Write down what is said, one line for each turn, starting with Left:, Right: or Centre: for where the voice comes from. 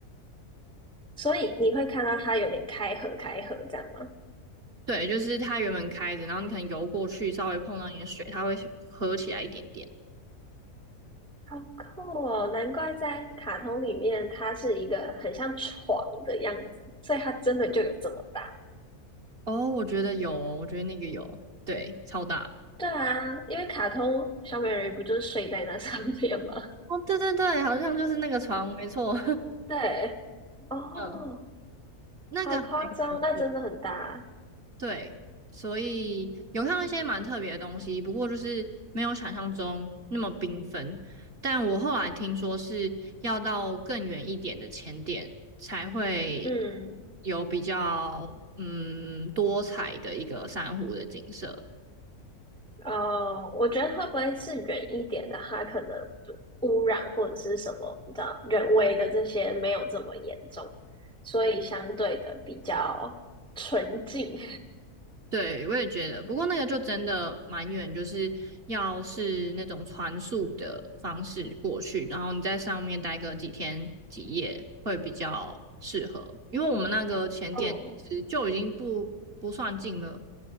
Centre: 所以你会看到它有点开合开合这样吗？
Right: 对，就是它原本开着，然后你可能游过去，稍微碰到你的水，它会合起来一点点。
Centre: 好酷哦！难怪在卡通里面，它是一个很像床的样子，所以它真的就有这么大。
Right: 哦，我觉得有哦我觉得那个有，对，超大。
Centre: 对啊，因为卡通小美人鱼不就是睡在那上面吗？
Right: 哦，对对对，好像就是那个床，没错。
Centre: <laughs> 对，哦，
Right: <laughs> 嗯。那个还蛮特
Centre: 好夸张，那真的很大。
Right: 对，所以有看到一些蛮特别的东西，不过就是没有想象中那么缤纷。但我后来听说是要到更远一点的前点才会
Centre: 嗯，
Right: 有比较嗯多彩的一个珊瑚的景色。
Centre: 哦，我觉得会不会是远一点的，它可能污染或者是什么你知道，人为的这些没有这么严重，所以相对的比较纯净。
Right: 对，我也觉得，不过那个就真的蛮远，就是要是那种船速的方式过去，然后你在上面待个几天几夜会比较适合，因为我们那个前点其实就已经不不算近了，
Centre: <laughs> 哦，